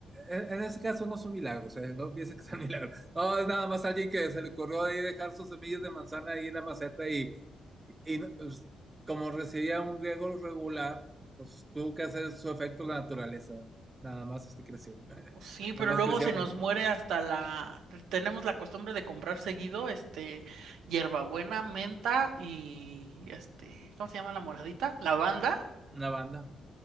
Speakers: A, on the right; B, on the right.
A: en, en ese caso no son milagros, eh, No pienses que son <laughs> milagros. No, es nada más alguien que se le ocurrió ahí dejar sus semillas de manzana ahí en la maceta y, y no- pues, como recibía un riego regular, pues tuvo que hacer su efecto la naturaleza. Nada más este creció. <laughs>
B: Oh, Sí,
A: Nada
B: pero
A: más
B: luego
A: creció
B: se nos muere hasta la... Tenemos la costumbre de comprar seguido, este, hierbabuena, menta y, este, ¿cómo se llama la moradita? Lavanda.
A: una banda.